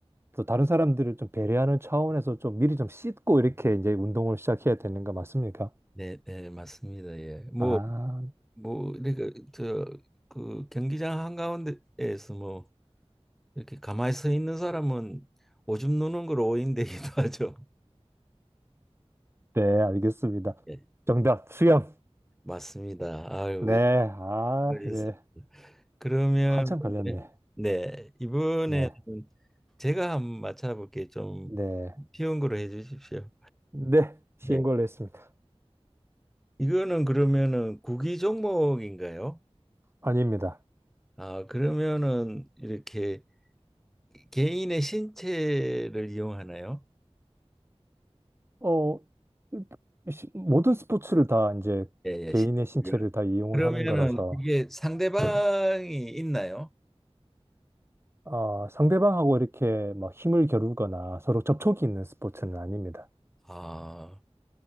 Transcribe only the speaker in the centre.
네, 네, 맞습니다. 예. 뭐,
뭐, 이렇게, 저, 그 경기장 한가운데에서 뭐, 이렇게 가만히 서 있는 사람은 오줌 누는 걸 오인되기도 <laughs> 하죠.
예.
맞습니다. 아유,
그래서-
그러면
네, 네, 이번에는
제가 한번 맞춰볼게 좀
쉬운 거로 해주십시오.
예,
이거는 그러면은 구기 종목인가요?
아, 그러면은 이렇게 개인의 신체를 이용하나요?
예,
예. 신-
그러면은
이게 상대방이 있나요?
아,